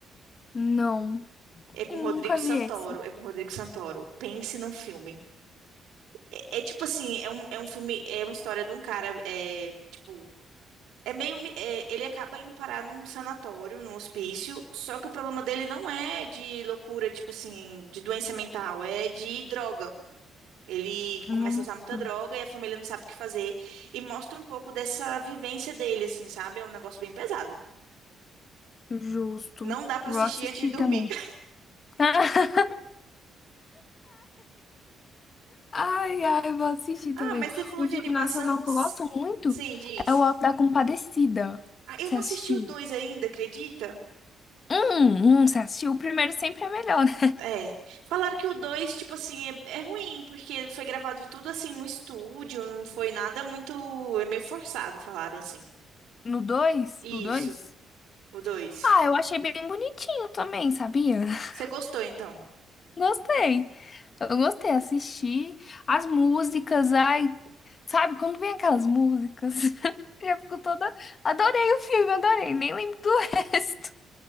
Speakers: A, on the left (about 40°); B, on the right (about 90°).
A: Não,
B: É com
A: nunca
B: Rodrigo Santoro,
A: vi esse.
B: é com Rodrigo Santoro. Pense num filme. É, é tipo assim, é um, é um filme, é uma história de um cara, é, tipo, É meio, mi- é, ele acaba indo parar num sanatório, num hospício, só que o problema dele não é de loucura, tipo assim, de doença mental, é de droga. Ele
A: Nunca.
B: começa a usar muita droga e a família não sabe o que fazer e mostra um pouco dessa vivência dele, assim, sabe? É um negócio bem pesado.
A: justo.
B: Não dá pra
A: Vou
B: assistir
A: assistir
B: antes de dormir.
A: também.
B: <laughs>
A: <laughs> Ai, ai, vou assistir
B: Ah,
A: também.
B: mas você falou
A: Um
B: de
A: filme
B: animação?
A: nacional que
B: S-
A: eu gosto muito
B: Sim, diz.
A: é O Auto da Compadecida.
B: Ah,
A: Você
B: eu não
A: assistiu?
B: assisti o dois ainda, acredita?
A: Hum, hum, você assistiu? O primeiro sempre é melhor. né?
B: É. Falaram que o 2 tipo assim, é, é ruim, porque foi gravado tudo assim no estúdio, não foi nada muito. É meio forçado, falaram assim.
A: No dois.
B: Isso,
A: O 2.
B: o dois
A: Ah, eu achei bem bonitinho também, sabia? <laughs>
B: Você gostou então?
A: Gostei. Eu gostei, assisti as músicas, ai, sabe, quando vem aquelas músicas, <laughs> eu já fico toda. Adorei o filme, adorei, nem lembro do <laughs> resto.